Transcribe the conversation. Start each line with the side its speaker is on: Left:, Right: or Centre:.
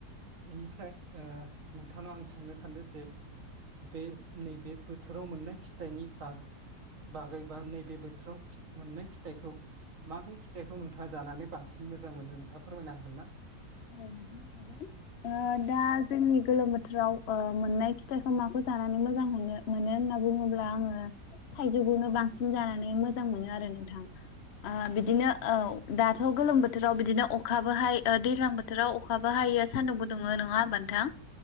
Right: बेनिफ्राय ओ नोंथांनाव आं सोंनो सानदों जे बे नैबे बोथोराव मोननाय फिथाइनि बाग बागै बा नैबे बोथोराव मोननाय फिथाइखौ माबे फिथाइखौ नोंथाङा जानानै बांसिन मोजां मोनो नोंथाङा फोरमायनो हागोन ना?
Left: औ नोंथां दा जोंनि गोलोम बोथोराव मोननाय फिथाइखौ माखौ जानानै मोजां मोनो होनना बुङोब्ला आङो थाइजौखौनो बांसिन जानानै मोजां मोनो आरो नोंथां । ओ बिदिनो औ । दाथ' गोलोम बोथोराव बिदिनो अखाबोहायो दै दैजां बोथोराव अखाबो हायो सान्दुंबो दुंङो नङा होनबा नोंथां?